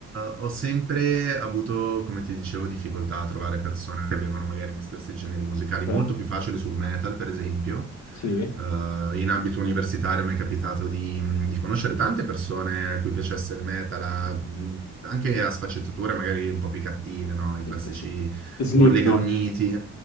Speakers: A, on the right; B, on the left.
A: ho sempre avuto, come ti dicevo, difficoltà a trovare persone che avevano magari i miei stessi generi musicali,
B: Cioè,
A: molto più facile sul metal, per esempio.
B: sì,
A: Eh, in ambito universitario mi è capitato di, mhmm, di conoscere tante persone a cui piacesse il metal, a- mhmm, anche a sfaccettature magari un po' più cattive, no? I classici
B: S- s- Slipknot.
A: urli e grugniti.